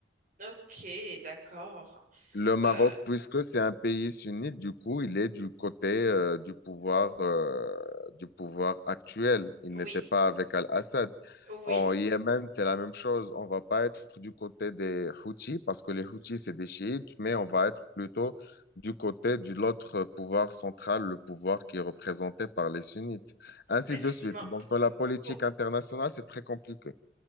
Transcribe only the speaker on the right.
ok, d'accord.
Euh,
oui,
oui,
effectivement.
Pour-